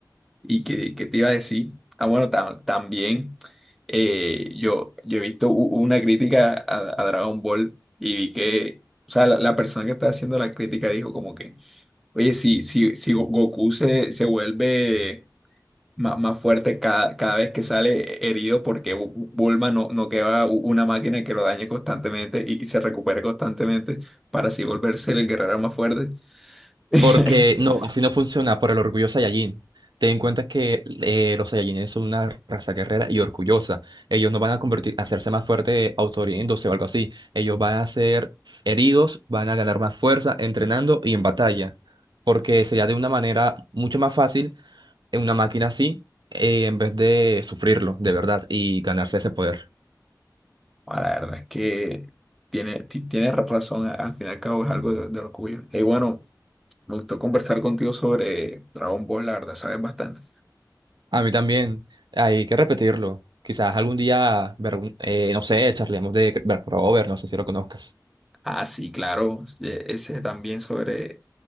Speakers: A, in the centre; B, on the right (about 85°).
A: ¿Y qué, qué te iba a decir? Ah, bueno, tam- también eh, yo, yo he visto u- una crítica a, a Dragon Ball y vi que, o sea, la, la persona que estaba haciendo la crítica dijo como que, oye, si, si, si Go- Goku se, se vuelve ma- más, fuerte cada, cada vez que sale herido, porque Bulma no, no queda u- una máquina que lo dañe constantemente y, y se recupere constantemente para así volverse el guerrero más fuerte? <laughs>
B: Porque no, así no funciona por el orgullo Saiyajin. Ten en cuenta que eh, los Saiyajines son una raza guerrera y orgullosa. Ellos no van a convertir, a hacerse más fuerte autohiriéndose o algo así. Ellos van a ser heridos, van a ganar más fuerza entrenando y en batalla. Porque sería de una manera mucho más fácil en una máquina así, eh, en vez de sufrirlo de verdad y ganarse ese poder.
A: Ah, la verdad es que tiene, ti- tienes razón, a- al fin y al cabo es algo de, de lo que huyo. Y bueno, me gustó conversar contigo sobre Dragon Ball, la verdad sabes bastante.
B: A mí también hay que repetirlo. Quizás algún día, ver un- eh, no sé, charlemos de Berk Over, no sé si lo conozcas.
A: Ah, sí, claro, e- ese también sobre